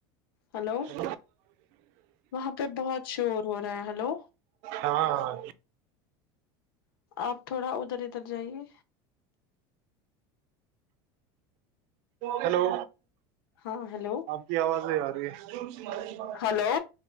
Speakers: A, on the left; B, on the right.
A: ہلو
B: <inaudible>
A: وہاں پہ بہت شور ہو رہا ہے ہلو
B: ہاں ہاں
A: آپ تھوڑا ادھر ادھر جائیے
B: ہیلو
A: ہاں ہیلو
B: آپ کی آوازیں آ رہی ہے
A: ہلو